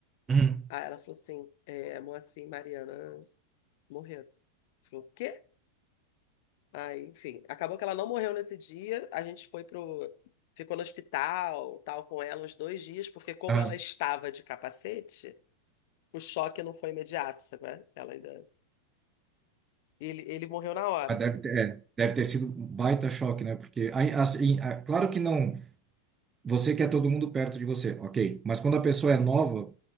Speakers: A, on the right (about 20°); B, on the left (about 50°).
A: Uhum.
B: Aí ela falou assim, é, Moacir e Mariana morreram. Eu Falei, o quê? Aí, enfim, acabou que ela não morreu nesse dia, a gente foi pro... Ficou no hospital, tal, com ela uns dois dias, porque como
A: Ah,
B: ela estava de capacete, o choque não foi imediato, sabe? qual é? Ela ainda... Ele, ele morreu na hora.
A: mas deve ter, é, deve ter sido um baita choque, né? Porque, aí, assim, ah, claro que não, você quer todo mundo perto de você, ok. Mas quando a pessoa é nova,